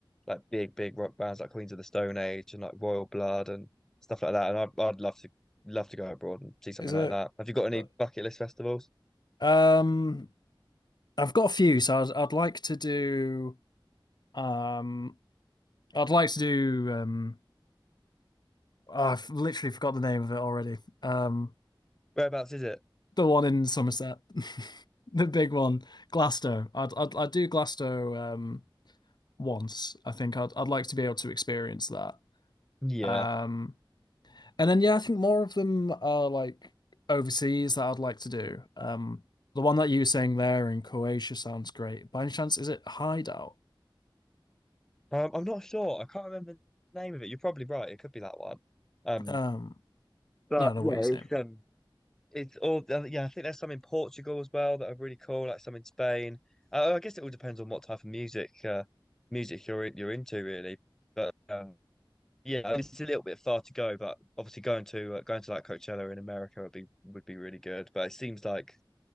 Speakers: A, in the centre; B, on the left.
A: like big big rock bands like Queens of the Stone Age and like Royal Blood and stuff like that. And I'd, I'd love to love to go abroad and see something
B: Is it?
A: like that. Have you got any
B: uh,
A: bucket list festivals?
B: Um, I've got a few, so I'd, I'd like to do. Um, I'd like to do. Um, oh, I've literally forgot the name of it already. Um,
A: Whereabouts is it?
B: the one in Somerset, <laughs> the big one, Glasto. I'd I'd, I'd do Glasto um, once. I think I'd I'd like to be able to experience that.
A: Yeah,
B: Um, And then yeah, I think more of them are like overseas that I'd like to do. Um, the one that you were saying there in Croatia sounds great. By any chance, is it Hideout?
A: um, I'm not sure. I can't remember the name of it. You're probably right. It could be that one. Um,
B: Um,
A: but
B: no, I don't know
A: yeah,
B: what you're
A: it's
B: saying.
A: um. It's all, I yeah, I think there's some in Portugal as well that are really cool, like some in Spain. Uh, oh, I guess it all depends on what type of music uh, music you're in- you're into, really. But um, yeah, I mean, it's a little bit far to go, but obviously going to uh, going to like Coachella in America would be would be really good. But it seems like